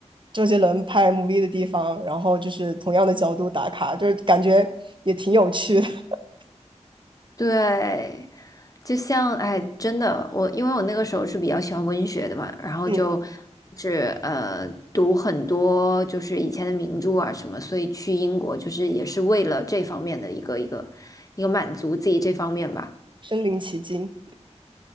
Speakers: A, on the right; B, on the left.
A: 周杰伦拍 MV 的地方，然后就是同样的角度打卡，就是感觉也挺有趣的。<laughs>
B: 对，就像哎，真的，我因为我那个时候是比较喜欢文学的嘛，然后就
A: 嗯，
B: 是呃读很多就是以前的名著啊什么，所以去英国就是也是为了这方面的一个一个一个满足自己这方面吧
A: 身临其境。